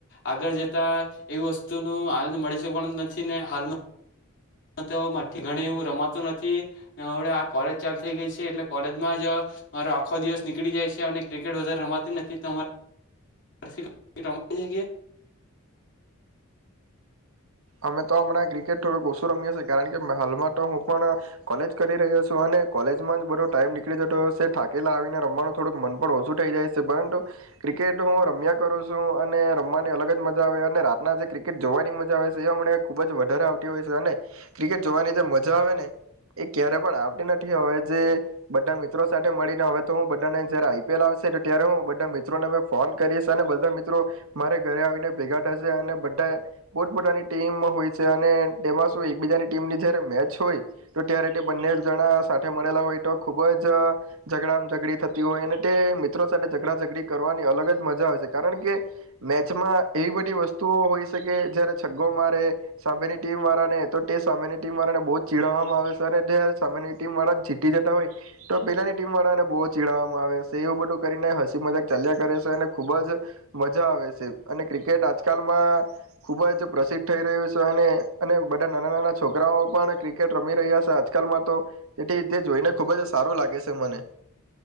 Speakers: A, on the left; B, on the right.
A: આગળ જતા એવી વસ્તુનો આનંદ મળી શકવાનો નથી ને હાલમાં તોથી ઘણી એવું રમાતું નથી અને હળવે આ કોલેજ ચાલુ થઈ ગઈ છે એટલે કોલેજમાં જ મારો આખો દિવસ નીકળી જાય છે અને ક્રિકેટ વધારે રમાતી નથી તમા રી થી ક્રિકેટ રમાતી છે કે
B: અમે તો હમણાં ક્રિકેટ થોડુંક ઓશુ રમીએ શે કારણ કે હાલમાં તો હું પણ કોલેજ કરી રહ્યો શુ અને કોલેજમાં જ બધો ટાઈમ નીકળી જતો શે ઠાકેલા આવીને રમવાનું થોડુંક મન પણ ઓછું થઇ જાય શુ પરંતુ ક્રિકેટ હું રમ્યા કરું શુ અને રમવાની અલગ જ મજા આવે અને રાતના જે ક્રિકેટ જોવાની મજા આવે એ અને ખુબ જ વધારે આવતી હોય છે અને ક્રિકેટ જોવાની જે મજા આવે ને એ ક્યારે પણ આવતી નથી હવે જે બધા મિત્રો સાથે મળીને હવે તો હું બધાને જયારે આઈપીએલ આવશે ત્યારે હું બધા મિત્રોને ફોન કરીશ અને બધા મિત્રો મારે ઘરે આવીને ભેગા થ હશે અને બધા પોતપતાની ટીમ હોય છે અને તેમાં શું એકબીજાની ટીમની જયારે મેચ હોય તો ત્યારે તે બંને જણા સાથે મળેલા હોય તો ખુબ જ ઝઘડા ઝઘડી થતી હોય અને તે મિત્રો સાથે ઝઘડા ઝઘડી કરવાની અલગ જ મજા આવે છે કારણ કે મેચમાં એવી બધી વસ્તુઓ હોય શેકે જયારે ો મારે સામેની ટીમ વાળાને તો તે સામેની ટીમ વાળાને બહુ જ ચીડાવવામાં આવે છે અને જે સામેની ટીમ વાળા જીતી જતા હોય તો પેલાની ટીમ વાળાને બહુ ચીડાવવામાં આવે છે એવું બધું કરીને હસી મજાક ચાલ્યા કરે છે અને ખૂબ જ મજા આવે છે અને ક્રિકેટ આજકાલમાં ખૂબ જ પ્રસિદ્ધ થઈ રહ્યું છે અને બધા નાના નાના છોકરાઓ પણ ક્રિકેટ રમી રહ્યા છે આજકાલમાં તો તેથી તે જોઈને ખૂબ જ સારું લાગે શે મને